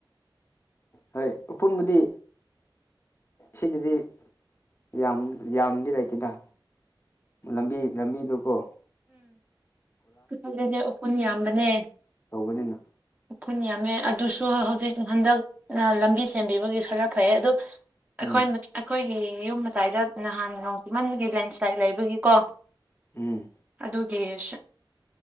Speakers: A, on the left (about 30°); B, on the right (about 20°).
A: ꯍꯣꯏ ꯎꯄꯨꯝꯕꯨꯗꯤ ꯁꯤꯗꯗꯤ ꯌꯥꯝ ꯌꯥꯝꯗꯤ ꯂꯩꯇꯦꯗꯥ ꯂꯝꯕꯤ ꯂꯝꯕꯤ ꯗꯨꯀꯣ
B: ꯁ꯭ꯋꯥꯏꯗꯗꯤ ꯎꯐꯨꯟ ꯌꯥꯝꯕꯅꯦ
A: ꯇꯧꯕꯅꯤꯅ
B: ꯎꯐꯨꯟ ꯌꯥꯝꯃꯦ ꯑꯗꯨꯁꯨ ꯍꯧꯖꯤꯛ ꯍꯟꯗꯛꯅ ꯂꯝꯕꯤ ꯁꯦꯝꯕꯤꯕꯒꯤ ꯈꯔ ꯐꯩꯌꯦ ꯑꯗꯨ
A: ꯎꯝ
B: ꯑꯩꯈꯣꯏ ꯑꯩꯈꯣꯏꯒꯤ ꯌꯨꯝ ꯃꯇꯥꯏꯗ ꯅꯍꯥꯟ ꯅꯣꯡ ꯆꯤꯃꯟꯕꯒꯤ ꯂꯦꯟꯁ꯭ꯂꯥꯏꯠ ꯂꯩꯕꯒꯤꯀꯣ
A: ꯎꯝ
B: ꯑꯗꯨꯒꯤ ꯑ